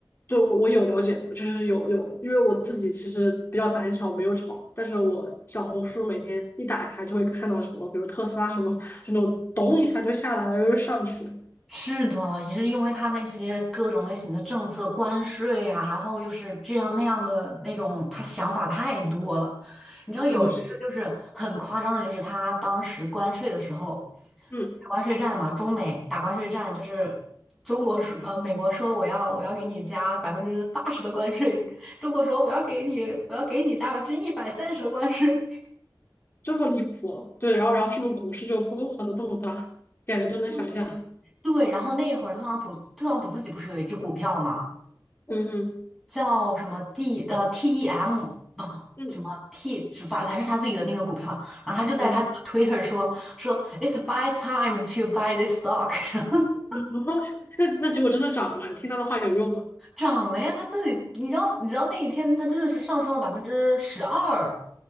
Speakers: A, on the left (about 30°); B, in the centre.
A: 对，我我有了解，就是有有，因为我自己其实比较胆小，没有炒，但是我小红书每天一打开就会看到什么，比如特斯拉什么，就那种咚一下就下来了，又上去了，
B: 是的，也是因为他那些各种类型的政策、关税呀、然后又是这样那样的那种，他想法太多了。你知道有一次就是很夸张的，
A: 真的是，
B: 就是他当时关税的时候，
A: 嗯，
B: 打关税战嘛，中美打关税战，就是中国说呃美国说我要我要给你加百分之八十的关税，中国说我要给你我要给你加百分之一百三十的关税。
A: 这么离谱哦，对，然后然后是不是股市就疯狂的动荡，感觉都能想象，
B: 对，对，然后那会儿特朗普特朗普自己不是有一只股票嘛？
A: 嗯哼，
B: 叫什么 D 呃 TEM 啊、
A: 嗯，
B: 什么 T 是反反正是他自己的那个股票，然后他就在他那个
A: 对。
B: Twitter 说说 It's buy time to buy this stock，<laughs>
A: <laughs> 那那结果真的涨了吗？你听他的话有用吗？
B: 涨了呀，他自己你知道你知道那一天他真的是上升了百分之十二，